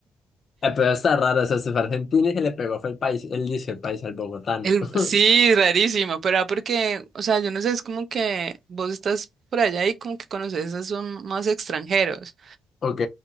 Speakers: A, on the left; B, on the right.
A: Eh, Pero está raro, o sea, se fue a Argentina y se le pegó, fue el país, él dice el país al bogotano.
B: El,
A: <laughs>
B: sí, rarísimo, pero ah, porque, o sea, yo no sé, es como que vos estás por allá y como que conoces, a son más extranjeros
A: Ok,